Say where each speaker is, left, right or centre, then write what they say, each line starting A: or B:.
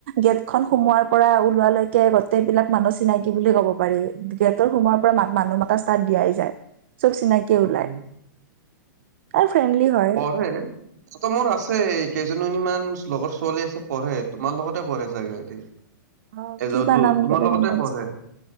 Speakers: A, on the right; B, on the right.
A: গেটখন সোমোৱাৰ পৰা ওলোৱালৈকে গটেই বিলাক মানুহ চিনাকি বুলি ক'ব পাৰি। গেটৰ সোমোৱাৰ পৰা মা মানুহ মতা ষ্টাৰ্ট দিয়াই যায়। চব চিনাকিয়ে
B: অ'
A: ওলাই আৰু ফ্ৰেণ্ডলি হয়।
B: হয় তাতে মোৰ আছেই কেইজনীমান লগৰ ছোৱালী আছে পঢ়ে তোমাৰ লগতে পঢ়ে চাগে সিহতি এ
A: অ কিবা
B: যদু
A: নাম
B: তোমাৰ
A: ক'লে
B: লগতে
A: গম পাম
B: পঢ়ে
A: চাগে